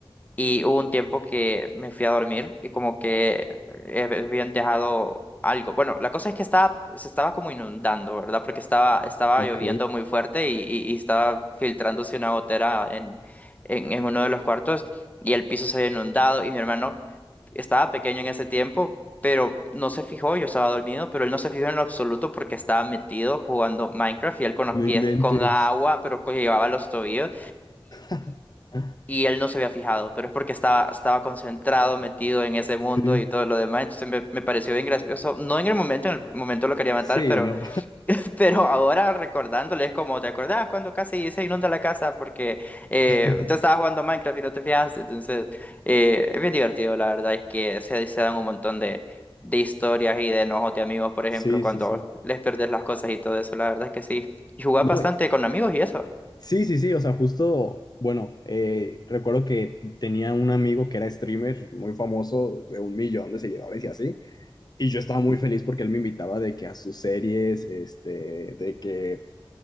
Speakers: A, on the left (about 15°); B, on the left (about 45°).
A: y hubo un tiempo que me fui a dormir y como que eh, habían dejado algo. Bueno, la cosa es que estaba, se estaba como inundando, ¿verdad? Porque estaba, estaba
B: ok.
A: lloviendo muy fuerte y, y- y estaba filtrándose una gotera en, en, en uno de los cuartos y el piso se había inundado y mi hermano estaba pequeño en ese tiempo, pero no se fijó, yo estaba dormido, pero él no se fijó en lo absoluto porque estaba metido jugando Minecraft y él con los
B: No
A: pies
B: inventes.
A: con agua, pero que llevaba los tobillos
B: <laughs>
A: y él no se había fijado, pero es porque estaba, estaba concentrado, metido en ese mundo
B: Sí,
A: y todo lo demás, entonces me, me pareció bien gracioso, no en el momento, en el momento lo quería matar,
B: sí,
A: pero,
B: no.
A: <laughs> pero ahora recordándole es como, ¿te acordás cuando casi se inunda la casa porque eh,
B: <laughs>
A: tú estabas jugando Minecraft y no te fijaste? Entonces, eh, es bien divertido, la verdad, es que se, se dan un montón de... de historias y de enojos de amigos, por ejemplo,
B: Sí,
A: cuando
B: sí, sí.
A: les perdés las cosas y todo eso, la verdad es que sí. Y jugás
B: No,
A: bastante
B: eh,
A: con amigos y eso.
B: sí, sí, sí, o sea, justo, bueno, eh, recuerdo que tenía un amigo que era streamer muy famoso, de un millón de seguidores y así, y yo estaba muy feliz porque él me invitaba de que a sus series, este, de que